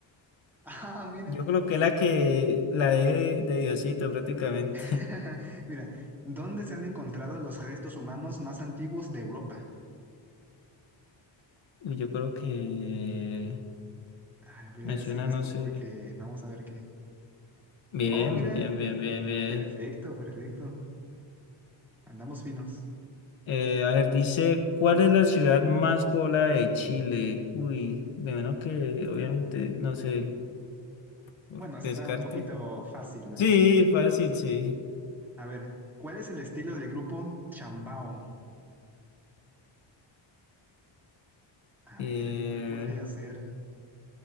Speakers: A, in the centre; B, on the left (about 70°).
A: <laughs> Ah, mira.
B: Yo creo que la que... La de, de Diosito prácticamente.
A: <laughs>
B: <laughs>
A: Mira, ¿dónde se han encontrado los restos humanos más antiguos de Europa?
B: Uy, yo creo que...
A: Ah, voy a
B: Me
A: decir
B: suena,
A: esto
B: no sé.
A: porque vamos a ver qué.
B: Bien,
A: Oh, mira.
B: bien, bien, bien,
A: Mira,
B: bien.
A: perfecto, perfecto. Andamos finos.
B: Eh, a ver, dice, ¿cuál es la ciudad más poblada de Chile? Uy, de menos que, obviamente, no sé, por
A: Bueno, eso
B: descarte.
A: está un poquito fácil, ¿no?
B: Sí, fácil, sí.
A: A ver, ¿cuál es el estilo del grupo Chambao? A
B: Eh,
A: ver, ¿cuál podría ser?